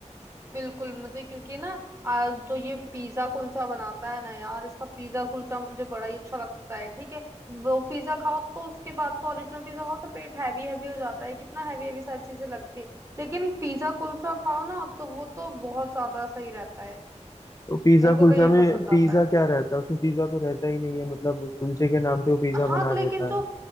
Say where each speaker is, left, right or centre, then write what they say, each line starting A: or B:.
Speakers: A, on the right; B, on the left.
A: बिल्कुल मुझे क्योंकि ना आ, जो ये पिज्जा कुलचा बनाता है ना यार इसका पिज्जा कुलचा मुझे बड़ा ही अच्छा लगता है ठीक है वो पिज्जा खाओ तो उसके बाद तो ओरिजिनल पिज्जा खाओ तो पेट हैवी हैवी हो जाता है कितना हैवी हैवी सारी चीजें लगती है लेकिन पिज्जा कुलचा खाओ ना तो वो तो बहुत ज्यादा सही रहता है
B: तो पिज्जा
A: मेरे को
B: कुलचा
A: तो ये
B: में
A: पसंद
B: पिज्जा
A: आता है
B: क्या रहता है उसमें पिज्जा तो रहता ही नहीं है मतलब कुलचे के नाम पे वो पिज्जा
A: हाँ
B: बना
A: तो
B: देता
A: लेकिन जो
B: है